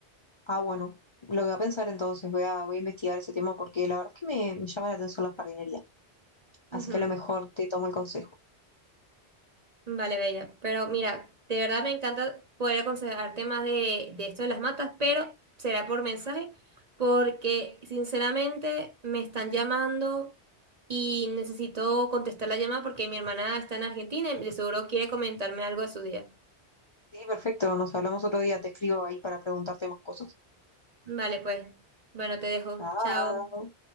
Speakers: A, on the left; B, on the right.
A: Ah, bueno. Lo voy a pensar entonces, voy a, voy a investigar ese tema porque la verdad es que me, me llama la atención la jardinería. Así
B: Ujú.
A: que a lo mejor te tomo el consejo.
B: Vale, Bella. Pero mira, de verdad me encanta poder aconsejarte más de, de esto de las matas, pero será por mensaje, porque sinceramente me están llamando y necesito contestar la llamada porque mi hermana está en Argentina y de seguro quiere comentarme algo de su día.
A: Sí, perfecto. Nos hablamos otro día. Te escribo ahí para preguntarte más cosas.
B: Vale, pues. Bueno, te dejo.
A: Chao.
B: Chao.